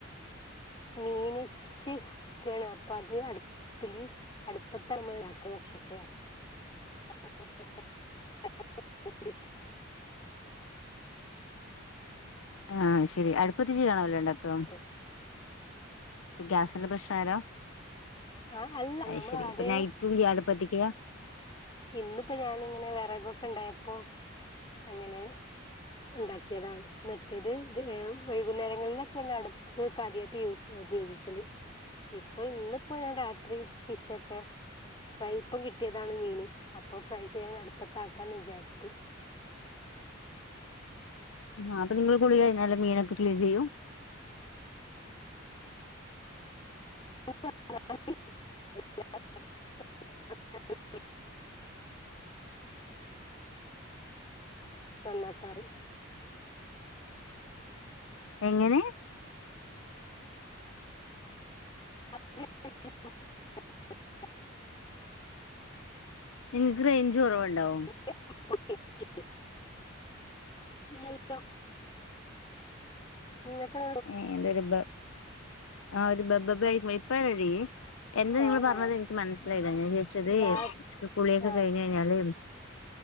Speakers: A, on the left (about 25°); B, on the left (about 80°).
A: മീൻ ഫിഷ് ക്കാണ് അപ്പ അത് അട്പ്പില് അട്പ്പത്താണ് ഇമ്മ ഇണ്ടാക്ക്ണ് ക്ഷ ഒക്കെ <inaudible>
B: ആഹ് അത് ശെരി അടുപ്പത്ത് ച്ചിയാണോ എല്ലോ ഇണ്ടാക
A: ഉം
B: ഗ്യാസിന്റെ പ്രശ്നം ആരോ
A: ആ അല്ല
B: അത്
A: നമ്മൾ
B: ശരി
A: ആദ്യ
B: ഇപ്പ നൈറ്റും ഗ്യ അടുപ്പത്തിക്ക
A: ഇന്ന്പ്പോ ഞാൻ ങ്ങനെ വെറകൊക്കെ ഇണ്ടായപ്പോ അങ്ങനെ ഇണ്ടാക്കേതാണ് മറ്റേത് ത് വൈകുന്നേരങ്ങളിലൊക്കെൺ അട് പ്പ് കാര്യായിട്ട് യൂസ് ഉപയോഗിക്കല് ഇപ്പൊ ഇന്ന്പ്പോ ഞാ രാത്രി വിഷൊക്കെ ഫ്രൈ ഇപ്പം കിട്ടേതാണ് മീന് അപ്പൊ ഫ്രൈ ചെയ്യാ അടുപ്പത്താക്കാന്ന് വിചാരിച്ചു
B: ആഹ് അപ്പ നിങ്ങൾ കുളി കഴിഞ്ഞാൽ മീനൊക്കെ ക്ലീൻ ചെയ്യും
A: <inaudible> <inaudible> നന്നാക്കാറ്
B: എങ്ങനെ
A: <inaudible>
B: നിങ്ങക്ക് റേഞ്ച് കൊറവ്ണ്ടോ
A: <unintelligible> നിങ്ങക്കെ
B: ഏ എതരു ബ ആ ഒരു ബബബ കൊഴുപ്പഴി എന്ത നിങ്ങള്
A: ആഹ്
B: പറഞ്ഞത്
A: ആഹ്
B: എനിക്ക് മനസ്സിലായില്ല ഞാൻ ചോദിച്ചത്
A: രാ
B: ഉച്ചക്ക് കുളിയൊക്കെ
A: ആഹ്
B: കഴിഞ്ഞഞ്ഞാല്